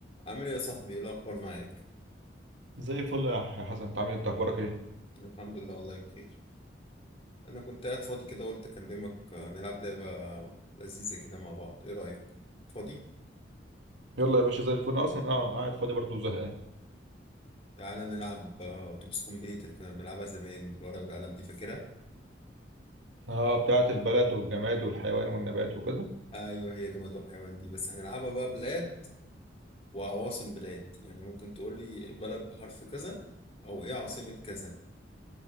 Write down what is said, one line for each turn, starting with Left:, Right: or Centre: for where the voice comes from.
Left: عامل ايه يا صاحبي ايه الاخبار معاك
Right: زي الفل يا يا حسن انت عامل إيه؟ انت اخبارك ايه
Left: أنا الحمد لله والله بخير انا كنت قاعد فاضي كده قلت اكلمك آه، نلعب لعبه لذيذه كده مع بعض ايه رايك فاضي
Right: يلا يا باشا زي الفل انا اصلا اه قاعد فاضي برضه وزهقان
Left: تعالى نلعب آه، اتوبيس كومبليت اللي كنا بنلعبها زمان بالورقه والقلم دي فاكرها
Right: اه بتاعه البلد والجماد والحيوان والنبات وكده
Left: ايوه هي جماد وحيوان دي بس هنلعبها بقى بلاد وعواصم بلاد يعني ممكن تقول لي بلد بحرف كذا او ايه عاصمه كذا